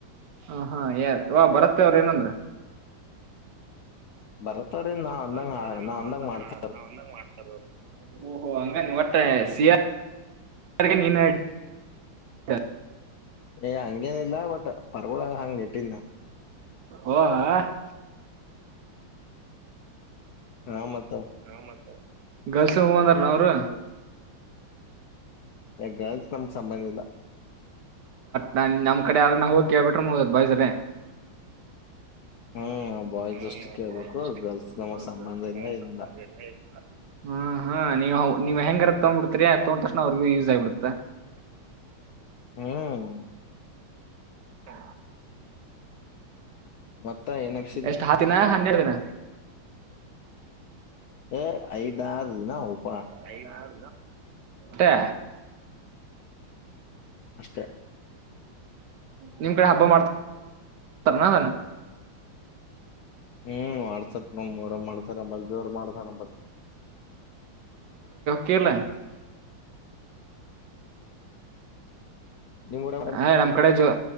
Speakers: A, on the right; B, on the left.
A: ಹ ಹಾ ಯಏನ್ ಭರತ್ ಅವ್ರ ಏನಂದ್ರ
B: ಬರತ್ತವ್ರೀ ನಾವ್
A: <unintelligible>
B: ಅಂದಂಗ ನಾವ್ ಅಂದಂಗ ಮಾಡ್ತ
A: ನಾವ್ ಅಂದಂಗ ಮಾಡ್ತಾರ ಹತ್ತ ಅಂಗ ಅಂದ್ರ ವತ್ತ <unintelligible>
B: ಏ ಹಂಗೇನ ಇಲ್ಲ ಬಟ್ ಹಳ ಹಂಗಂಗೆಟ್ಟಿಂದ
A: ಓ ಆ
B: ಹೂ ಮತ್ತ
A: ಹೂ ಮತ್ತ ಗರ್ಲ್ಸ್ ಹೂ ಹಂದಾರ ಏನ್ ಅವರು
B: ಹೇ ಗರ್ಲ್ಸ್ ನಮಗ್ ಸಂಬಂಧ ಇಲ್ಲ
A: ನ ನಮ್ ಕಡೆ ಆದ <unintelligible> ಕೇಬಟ್ರ ಮೂೋದ ಬಾಯಸ್ರ
B: ಹ್ಮ್ ಬಾಯ್ಸ್
A: ಹ್ಮ
B: ಅಷ್ಟು ಕೇಳ್ಬೇಕು
A: ಹ್ಮ ಹ <unintelligible>
B: ಗರ್ಲ್ಸ್ ನಮಗ್ ಸಂಬಂಧ ಇಲ್ಲ ಏನಿಲ್ಲ
A: ನೀವ ನೀವ್ ಹೆಂಗರ ತಗೊಂಡ್ಬಿಡ್ತರಿ ತಗೊಂಡ ತಕ್ಷಣ ಅವ್ರಿಗೂ ಯೂಸ್ ಆಗಿಬಿಡುತ್ತೆ
B: ಹ್ಮ್
A: ಹಾ
B: ಮತ್ತ ಏನ್ ನಡ್ಸಿದಿ
A: ಎಷ್ಟ್ ಹತ್ತನ ಹನ್ನೆರಡು ದಿನ
B: ಏ ಐದಾರ ದಿನ ಹೋಗ
A: ಐದಾರ ಟ
B: ಅಷ್ಟೇ
A: ನಿಮ್ ಕಡೆ ಹಬ್ಬ ಮಾಡ್ತತಾರ
B: ಹ್ಮ್ ಮಾಡಡ್ತಾರ ನ ಮೂರ ಮಾಡ್ತಾರಲ್ ಜೋರ್ ಮಾಡ್ತಾರ ನಂಬಲ್
A: ಕಲ
B: ನಿಮ್ ಊರ
A: ಆ್ ನಮ್ ಕಡೆ ಜೋ